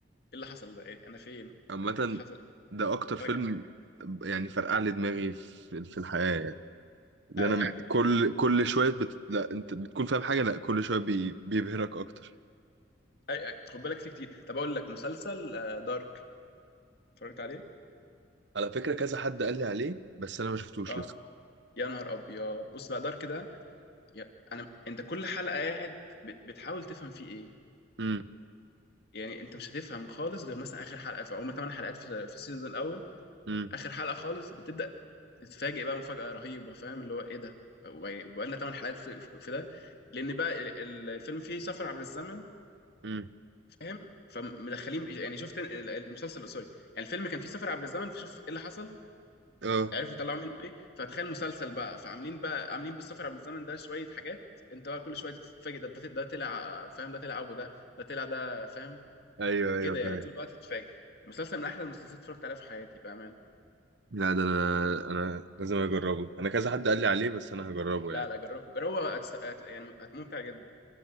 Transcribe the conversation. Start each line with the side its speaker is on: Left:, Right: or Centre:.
Left: اللي حصل ده إيه انا فين
Right: عامة
Left: انا ايه اللي حصل
Right: ده اكتر فيلم
Left: فجأة
Right: يعني فرقع لي دماغي في في الحياة يعني لان
Left: ايوه
Right: أنا كل
Left: اتفرج
Right: كل شويه بت... لا انت بتكون فاهم حاجه لا كل شويه بي... بيبهرك اكتر
Left: أي... أي- خد بالك فيه كتير طب اقول لك مسلسل آه، دارك اتفرجت عليه
Right: على فكره كذا حد قال لي عليه بس انا ما شفتوش
Left: اه
Right: لسه
Left: يا نهار ابيض بص بقى دارك ده يا... انا انت كل حلقه قاعد ب- بتحاول تفهم فيه ايه
Right: امم
Left: يعني انت مش هتفهم خالص غير مثلا اخر حلقه في هما 8 حلقات في في السيزون الاول
Right: امم
Left: اخر حلقه خالص بتبدا تتفاجئ بقى مفاجاه رهيبه فاهم اللي هو ايه ده بقى لنا 8 حلقات في, في في ده لان بقى ال- ال- الفيلم فيه سفر عبر الزمن
Right: امم
Left: فاهم فمدخلين يعني شفت ال- المسلسل سوري يعني الفيلم كان فيه سفر عبر الزمن فشوف ايه اللي حصل
Right: اه
Left: عرفوا يطلعوا منه ايه فتخيل مسلسل بقى فعاملين بقى عاملين بالسفر عبر الزمن ده شويه حاجات انت بقى كل شويه تتفاجئ ده ده طلع فاهم ده طلع ابو ده ده طلع ده فاهم
Right: ايوه ايوه
Left: كده
Right: فاهم
Left: يعني طول الوقت تتفاجئ مسلسل من احلى المسلسلات اتفرجت عليها في حياتي بقى
Right: لا ده انا انا لازم اجربه انا كذا حد قال لي عليه بس انا هجربه
Left: لا
Right: يعني
Left: لا جربه جربه هتست... هت... يعني هت- ممتع جدا